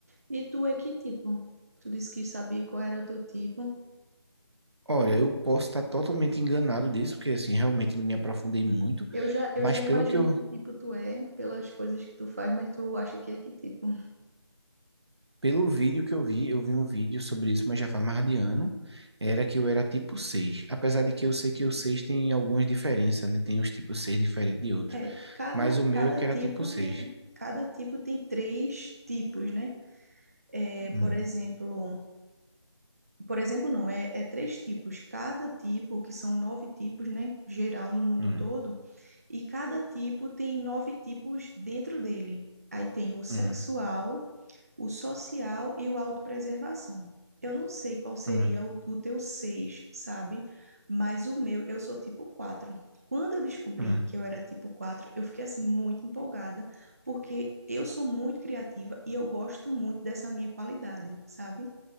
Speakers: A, on the right (about 30°); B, on the right (about 65°).
A: E tu é que tipo? Tu disse que sabia qual era o teu tipo.
B: Olha, eu posso estar totalmente enganado disso, porque assim, realmente não me aprofundei muito,
A: Eu já, eu
B: mas
A: já imagino
B: pelo que eu
A: que tipo tu é pelas coisas que tu faz, mas tu acha que é que tipo?
B: Pelo vídeo que eu vi, eu vi um vídeo sobre isso, mas já faz mais de ano, era que eu era tipo seis Apesar de que eu sei que o 6 tem algumas diferenças, né? Tem uns tipo 6 diferentes de outros.
A: É, cada,
B: Mas o meu
A: cada
B: é que
A: tipo
B: era tipo seis
A: tem, cada tipo tem três tipos, né? É,
B: Hum,
A: por exemplo, por exemplo, não, é, é três tipos. Cada tipo, que são nove tipos, né? Geral no mundo
B: hum,
A: todo, e cada tipo tem nove tipos dentro dele. Aí tem o sexual,
B: hum,
A: o social e o autopreservação. Eu não sei qual seria
B: hum,
A: o, o teu seis, sabe? Mas o meu, eu sou tipo quatro. Quando eu descobri
B: hum.
A: que eu era tipo quatro, eu fiquei assim muito empolgada, porque eu sou muito criativa e eu gosto muito dessa minha qualidade, sabe?